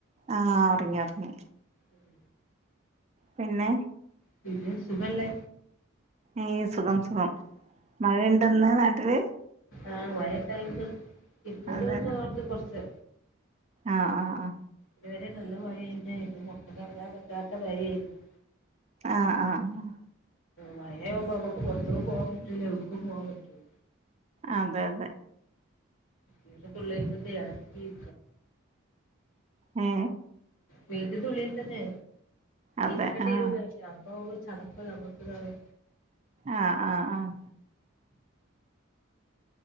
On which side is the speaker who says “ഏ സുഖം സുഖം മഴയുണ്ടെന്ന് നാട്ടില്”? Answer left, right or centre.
Right